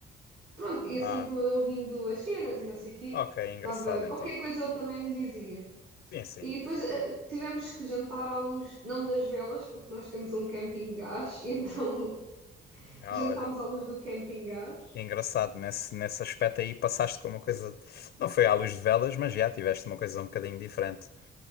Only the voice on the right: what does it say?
pronto, ia
sempre ouvindo as cenas e não sei o quê.
Tava, qualquer
coisa ele também me dizia.
E depois eh, tivemos que jantar à luz, não das velas, porque nós temos um camping gás, e então <laughs>
jantámos
à luz do camping gás.